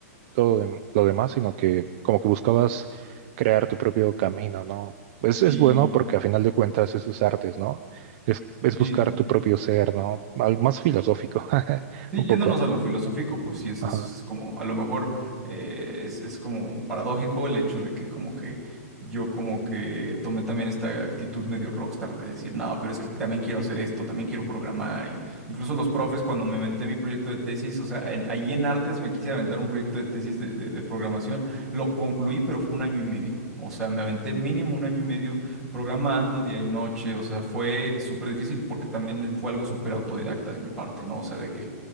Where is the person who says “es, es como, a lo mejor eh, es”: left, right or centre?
Centre